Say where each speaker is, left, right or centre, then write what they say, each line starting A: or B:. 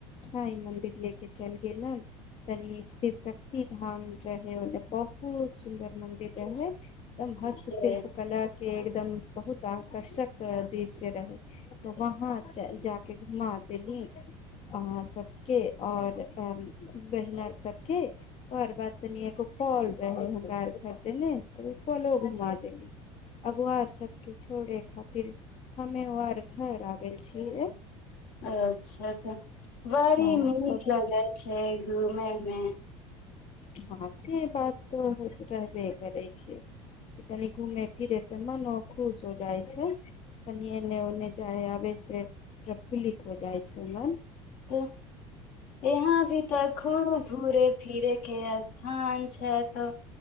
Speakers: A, on the left; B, on the left.
A: साई मन्दिर लेके चल गेलन। तनी शिव शक ती धाम रहै, उन्ने बहुत सुन्दर मंदिर रहै। दम हस्त
B: छै।
A: शिल्प कलर के एगदम बहुत आकर्षक दृश्य रहै। तो वहाँ च जाके घुमा देली। अहाँ सबके और <unintelligible> बैहनार सबके और बाद तनि एगो फल रहे हुनका आर खरीदेने तो उ फलो घुमा देली। अगुआर सबके छोड़े खातिर हमे आर घर आ गेल छियै।
B: अच्छा ते बड़ी
A: हँ
B: नीक
A: त अभी
B: लगै छै। घूमे मे।
A: हाँ से बात तो रहबे करै छै कि तनी घूमे फिरे से मनो खुश हो जाय छै तनि ओने ओन्ने चाहे आबै से प्रफुल्लित हो जाइ छै मन
B: तऽ यहाँ भी तऽ खूब घूरे- -फिरेके स्थान छै तऽ